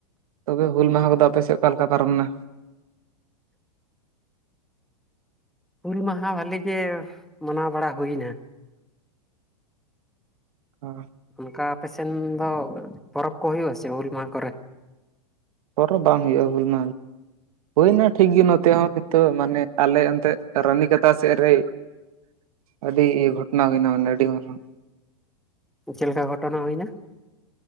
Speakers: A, on the right; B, in the centre.
A: ᱛᱚᱵᱮ 'ᱦᱩᱞ ᱢᱟᱦᱟᱸ' ᱠᱚᱫᱚ ᱟᱯᱮᱥᱮᱜ ᱚᱠᱟᱞᱮ ᱞᱮᱠᱟ ᱯᱟᱨᱚᱢᱱᱟ?
B: 'ᱦᱩᱞ ᱢᱟᱦᱟᱸ' ᱵᱷᱟᱞᱮᱹ ᱜᱮ ᱢᱟᱱᱟᱣ ᱵᱟᱲᱟ ᱦᱩᱭᱱᱟ᱾
A: ᱦᱚᱸ᱾
B: ᱚᱱᱠᱟ ᱟᱯᱮᱥᱮᱱ ᱫᱚ ᱯᱚᱨᱚᱵᱽ ᱠᱚ ᱦᱩᱭᱩᱜᱼᱟ ᱥᱮ 'ᱦᱩᱞ ᱢᱟᱦᱟ' ᱠᱚᱨᱮ?
A: ᱯᱚᱨᱚ ᱵᱟᱝ ᱦᱩᱭᱩᱜᱼᱟ 'ᱦᱩᱞ ᱢᱟᱦᱟ' ᱦᱩᱭᱱᱟ ᱴᱷᱤᱠ ᱜᱤ ᱱᱚᱛᱮ ᱦᱚᱸ ᱱᱤᱛᱚᱜ ᱢᱟᱱᱮ ᱟᱞᱮ ᱮᱱᱛᱮ ᱨᱟᱱᱤᱠᱟᱛᱟ ᱥᱮᱜ ᱨᱮ᱾ ᱟᱰᱤ ᱜᱷᱚᱴᱱᱟ ᱦᱩᱭᱱᱟ ᱣᱟᱱᱮ ᱟᱰᱤ ᱢᱟᱨᱟᱝ᱾
B: ᱪᱮᱜ ᱞᱮᱠᱟ ᱜᱷᱚᱴᱚᱱᱟ ᱦᱩᱭᱱᱟ?